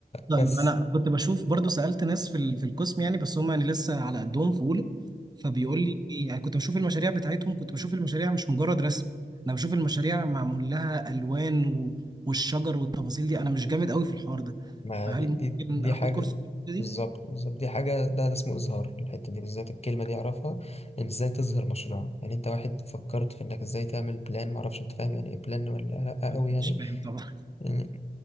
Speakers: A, on the right; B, on the left.
A: طيب
B: بس
A: انا كنت بشوف برضو سالت ناس في ال- في القسم يعني بس هم يعني لسه على قدهم في اولى فبيقول لي يعني كنت بشوف المشاريع بتاعتهم كنت بشوف المشاريع مش مجرد رسم انا بشوف المشاريع معمول لها الوان و- والشجر والتفاصيل دي انا مش جامد قوي في الحوار ده
B: ما
A: فهل
B: دي دي,
A: ممكن
B: دي
A: اخد
B: حاجة
A: كورس في الحتة دي
B: بالظبط بالظبط دي حاجة ده, ده اسمه إظهار الحتة دي بالذات الكلمة دي أعرفها إن إزاي تظهر مشروع يعني أنت واحد فكرت في إنك إزاي تعمل بلان معرفش أنت فاهم يعني إيه بلان ولا لأ
A: انا
B: أوي يعني
A: مش فاهم طبعا
B: يعني